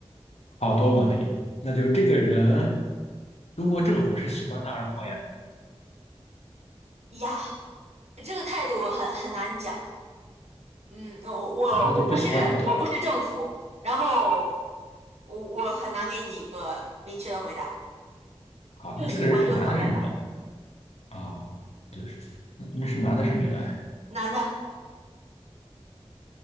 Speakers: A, on the left; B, on the right.
A: 奥多问里，那就这个人，中国政府是喜欢他还是讨厌
B: 呀，这个态度很很难讲。嗯，我我我不是我不是政府，
A: 他？啊，那就不喜欢也不讨厌。
B: 然后我我很难给你一个明确的回答，
A: 好，
B: 又喜欢又讨厌吧。
A: 那这个人是男的，是女的？啊，对，那那是男的，是女的？
B: 男的，